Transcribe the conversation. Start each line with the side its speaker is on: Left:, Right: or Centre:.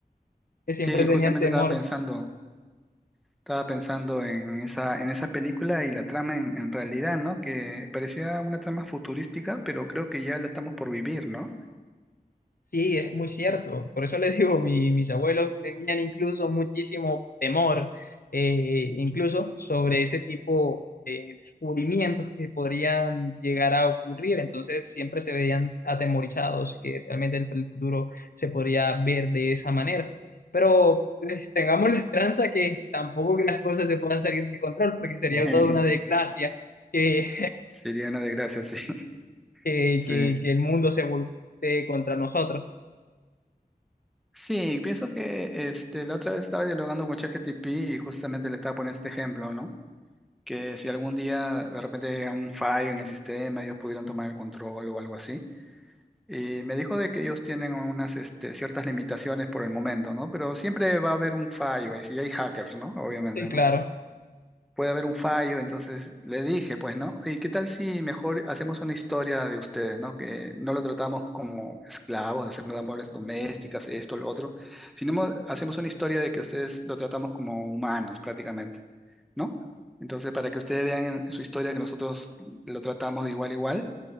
Left: que siempre
Centre: Sí,
Left: tenían
Centre: justamente
Left: temor.
Centre: estaba pensando, estaba pensando en esa, en esa película y la trama en, en realidad, ¿no? Que parecía una trama futurística, pero creo que ya la estamos por vivir, ¿no?
Left: Sí, es muy cierto. Por eso les digo, mi- mis abuelos tenían incluso muchísimo temor, eh, incluso sobre ese tipo de descubrimientos que podrían llegar a ocurrir. Entonces siempre se veían atemorizados, que realmente el, el futuro se podría ver de esa manera. Pero pues, tengamos la esperanza que tampoco que las cosas se puedan salir de control, porque sería
Centre: <laughs>
Left: toda una desgracia que,
Centre: Sería una desgracia, sí. <laughs>
Left: <laughs> que,
Centre: Sí.
Left: que- que el mundo se voltee contra nosotros.
Centre: Sí, pienso que este, la otra vez estaba dialogando con ChatGPT y justamente le estaba poniendo este ejemplo, ¿no? que si algún día de repente llega un fallo en el sistema, ellos pudieran tomar el control o algo así. Y me dijo de que ellos tienen unas este, ciertas limitaciones por el momento, ¿no? Pero siempre va a haber un fallo, y si hay hackers, ¿no? Obviamente,
Left: Sí, claro.
Centre: ¿no? Puede haber un fallo, entonces le dije, pues, ¿no? ¿Y qué tal si mejor hacemos una historia de ustedes, ¿no? Que no lo tratamos como esclavos, hacemos labores domésticas, esto, lo otro, sino mo- hacemos una historia de que ustedes lo tratamos como humanos prácticamente. ¿no? Entonces, para que ustedes vean en, en su historia que nosotros lo tratamos de igual a igual